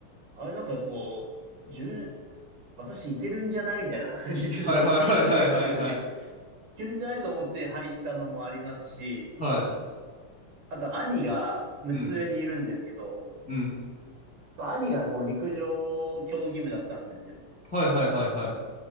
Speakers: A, on the right; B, in the centre.
A: あれなんかこう、自分、私いけるんじゃないみたいな、<laughs> 陸上、
B: はいはいはいはいはいはい。
A: 中学生でいけるんじゃないと思って入ったのもありますし、
B: はい。
A: あと兄が6つ上にいるんですけど、
B: うん。うん。
A: そう、兄がこう陸上競技部だったんですよ。
B: はいはいはいはい。